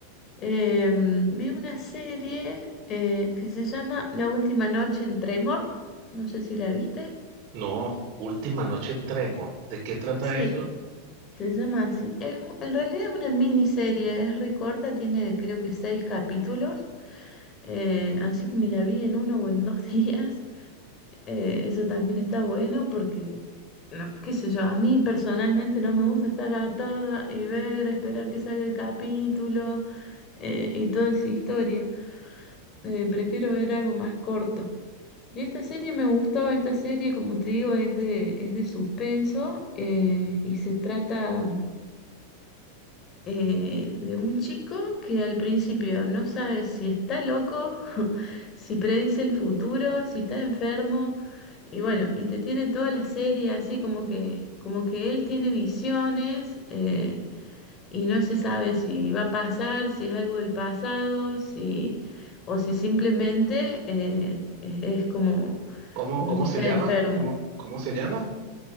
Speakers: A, on the left; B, on the right.
A: Em, vi una serie eh, que se llama La última noche en Tremor. No sé si la viste.
B: No, Última Noche en Tremor. ¿De qué trata
A: Sí,
B: eso?
A: se llama así. Es, un- en realidad es una miniserie, es re corta, tiene creo que seis capítulos. eh, así que me la vi en uno o en dos <laughs> días. Eh, eso también está bueno porque, no, qué sé yo, a mí personalmente no me gusta estar atada y ver, esperar que salga el capítulo eh, y toda esa historia. Eh, prefiero ver algo más corto. Y esta serie me gustó, esta serie, como te digo, es de, es de suspenso eh, y se trata eh, de un chico que al principio no sabe si está loco, <laughs> si predice el futuro, si está enfermo, y bueno, y te tiene toda la serie así como que, como que él tiene visiones. eh, y no se sabe si va a pasar, si es algo del pasado, si, o si simplemente eh, e- es como,
B: ¿Cómo,
A: como
B: cómo
A: que
B: se
A: está
B: llama?
A: enfermo.
B: ¿Cómo, cómo se llama?